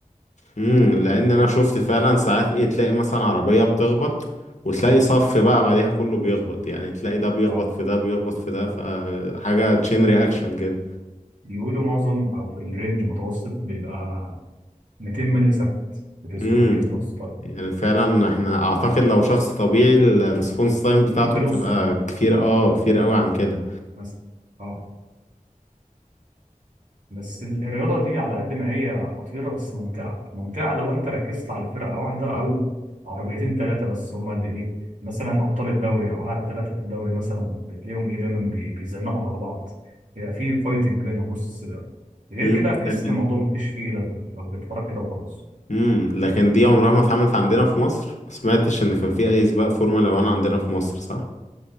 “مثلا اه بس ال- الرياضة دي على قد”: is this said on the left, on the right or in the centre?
Right